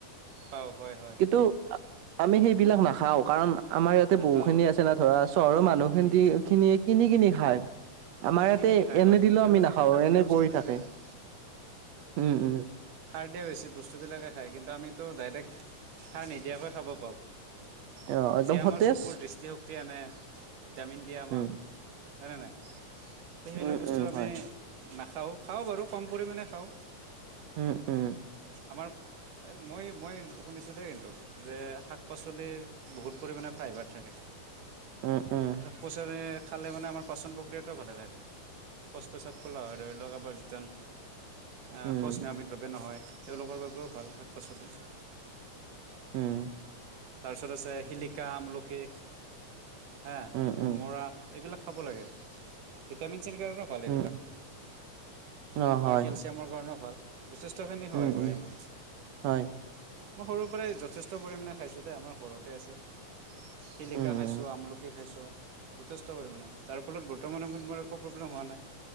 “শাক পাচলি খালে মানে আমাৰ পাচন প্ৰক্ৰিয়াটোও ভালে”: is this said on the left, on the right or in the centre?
Right